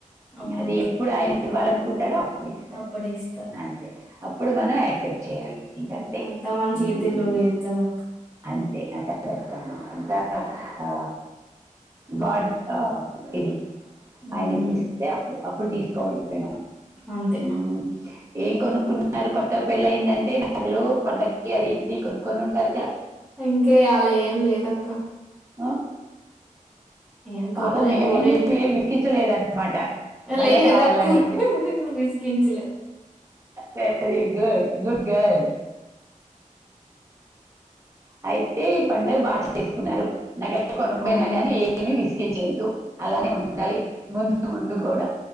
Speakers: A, in the centre; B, on the right.
A: అవునక్క.
B: అది ఎప్పుడు ఆయన ఇవ్వాలనుకుంటాడో అప్పుడు ఇస్తారు
A: అప్పుడే ఇస్తారు
B: అంతే అప్పుడు మన యాక్సెప్ట్ చేయాలి ఇంకంతే
A: అంత మన
B: ఉమ్,
A: చేతుల్లో లేదు కదా అక్క
B: అంతే నా కాలట్టము అంత ఆ గాడ్ తా ఇది
A: హ్మ్.
B: ఆయన ఎప్పుడుస్తే అప్పుడు అప్పుడు తీసుకోవడే మనం
A: అంతే
B: ఉమ్, ఏం కొనుక్కున్నారు కొత్తగా పెళ్ళ అయిందంటే నగలు పండకీ అవి ఇవి కొనుక్కొని ఉంటారు
A: ఇంకే అలా ఏం లేదక్క
B: ఆ
A: ఏం కొనలే
B: పాపం మీ ఆయన్ని
A: ఊరెళ్
B: ఏమి విస్కించలేదన్న మాట నగలు
A: లేదక్క
B: కావాలని
A: విసిగించలే.
B: వెరీ గుడ్ గుడ్ గర్ల్ అయితే ఈ పండగ బాగా చేసుకున్నారు నగ లు కొనుపోయినా
A: అవును.
B: గాని ఏమి విసిగించలేదు అలానే ఉండాలి ముందు ముందు కూడా